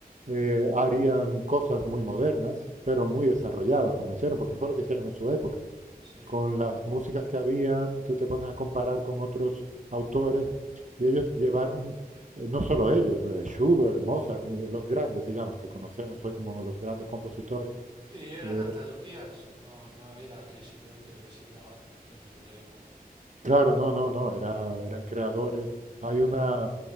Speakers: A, on the right; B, on the right.
A: eh, harían cosas muy modernas, pero muy desarrolladas, como hicieron, porque fue lo que hicieron en su época.
B: Sí.
A: Con las músicas que habían, tú te pones a comparar con otros autores, y ellos llevaron, eh, no solo ellos, eh, Schubert, Mozart, mu- los grandes, digamos, que conocemos hoy como los grandes compositores.
B: Sí, eran
A: eh,
B: hasta luthiers, no, no era que simplemente reciclaban géneros de la época.
A: claro, no, no, no, era- eran creadores. Hay una,